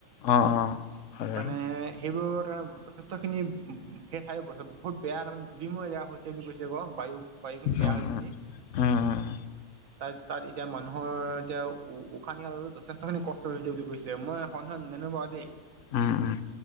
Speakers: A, on the left (about 70°); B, on the right (about 80°).
A: অঁ অঁ হয় বাৰু
B: মানে সেইবোৰত ত যথেষ্টখিনি সেই ঠাইছ বহুত বেয়া তাৰমানে ধূলি জেগা হৈছে বুলি কৈছে কওঁ বায়ু বাৰিখন বেয়া
A: উম
B: হৈ
A: উম
B: পিনি
A: উম উম
B: তাত তাত এতিয়া মানুহৰ এতিয়া উ উশাহ নিশালো যথেষ্টখিনি কষ্ট হৈছে বুলি কৈছে মই <unintelligible> ননেুৱা দেই
A: অ',